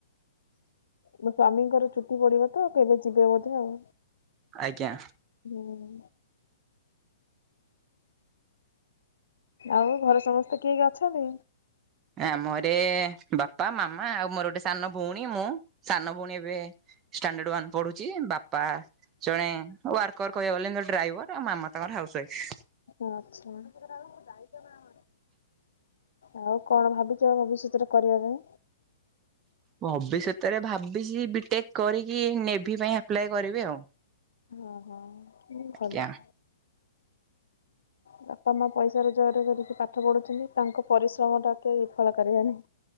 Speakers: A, on the left; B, on the right.
A: ମୋ ସ୍ଵାମୀଙ୍କର ଚୁଟି ପଡିବ ତ କେବେ ଯିବେ ବୋଧେ ଆଉ।
B: ଆଜ୍ଞା।
A: ହୁଁ। ଆଉ ଘରେ ସମସ୍ତେ କିଏ କିଏ ଅଛନ୍ତି?
B: ଆଁ ମୋରେ ବାପା ମାମା ଆଉ ମୋର ଗୋଟେ ସାନ ଭଉଣୀ ମୁଁ ସାନ ଭଉଣୀ ଏବେ ଷ୍ଟାଣ୍ଡାଡ ୱନ୍ ପଢୁଚି ବାପା। ଜଣେ ୱାର୍କର କହିବାକୁ ଗଲେ ତ ଡ୍ରାଇଭର ଆଉ ମାମା ତାଙ୍କର ହାଉସ ୱାଇଫ।
A: ଆଛା <inaudible> ଆଉ କଣ ଭାବିଚ ଭବିଷ୍ୟତରେ କରିବା ପାଇଁ?
B: ଭବିଷ୍ୟତରେ ଭାବିଚି ବିଟେକ୍ କରିକି ନେଭି ପାଇଁ ଆପ୍ଲାଏ କରିବି ଆଉ।
A: ଅହ ହୁଁ
B: ଆଜ୍ଞା
A: ଭଲ। ବାପା ମା ପଇସା ରୋଜଗାର କରିକି ପାଠ ପଢ଼ୁଛନ୍ତି ତାଙ୍କ ପରିଶ୍ରମ ଟା କେ ବିଫଳ କରିବାନି।